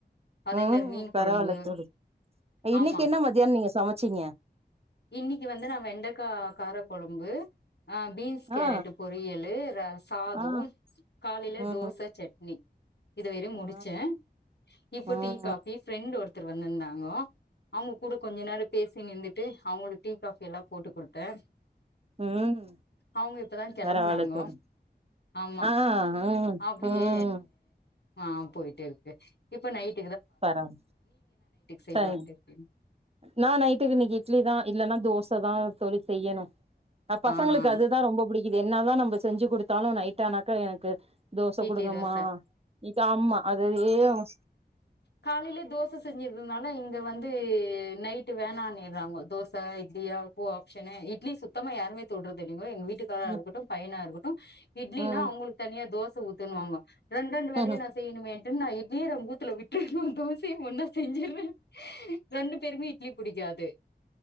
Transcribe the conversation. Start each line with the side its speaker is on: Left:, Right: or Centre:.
Left: அதே
Right: ம்
Left: மாரி மீன்
Right: பரவால்ல
Left: கொழம்பு
Right: தோழி இன்னைக்கு
Left: ஆமா
Right: என்ன மத்தியானோ நீங்க சமச்சீங்க
Left: இன்னைக்கு வந்து நா வெண்டக்கா கார கொழ ம்பு ஆ பீன்ஸ் கேரட்டு
Right: ஆ
Left: பொறியலு ர சாதோம்
Right: ஆ
Left: காலையில
Right: ம்
Left: தோச சட்னி இதுவெறையும்
Right: ஆ
Left: முடிச்சேன் இப்போ
Right: ம்
Left: டீ காஃபி ஃப்ரெண்டு ஒருத் த்தரு வந்துந்தாங்கோ அவங்க கூட கொஞ்ச நேரப் பேசி நீங்க இந்துட்டு அவுங்களுக்கு டீ காபி எல்லா போட்டு குடுத்தே
Right: ம்
Left: அவங்க இப்பதான் கிளம்புனாங்க
Right: பரவால்ல தோழி
Left: ஆமா
Right: ஆ ம்
Left: அப்படியே
Right: ம்
Left: ஆ போயிட்டு இருக்கு இப்போ நைட்
Right: பரம்
Left: செய்யலான்ட்டு
Right: சரி
Left: இருக்கீங்க
Right: நா நைட்டுக்கு இன்னைக்கி இட்லி தா இல்லன்னா தோஸ் த்த தா சொல்லி செய்யணும் பசங்களுக்கு
Left: ஆஹா
Right: அதுதான் ரொம்ப புடிக் இது என்ன தான் நம்ம செஞ்சு கொடுத்தாலும் நைட்ட ஆனாக்கா எனக்கு தோச
Left: இட்லி
Right: குடுங்கம்மா
Left: தோச
Right: இக்காம்மா அது ஏன்
Left: காலையிலயே தோச செஞ்சிருதுனால இங்க வந்து நைட் வேணான்னிறாங்கோ தோச இட்லியா பூ ஆப்ஷன்னு இட்லி சுத்தமா யாருமே தொடுறது இல்ல எங்க வீட்டுக்காரரா
Right: ம்
Left: இருக்கட்டு பையனா இருக்கட்டு இட்லினா
Right: ம்
Left: அவங்களுக்கு தனியா தோச ஊத்தனுவாங்கோ ரெண்ட்ரண்டு வேலையா
Right: ம்
Left: நா செய்யணுமேண்டு நா வீர ஊத்துல விட் தோசையு ஒன்னா செஞ்சுடுறே ரெண்டு பேருகுமே இட்லி புடிக்காது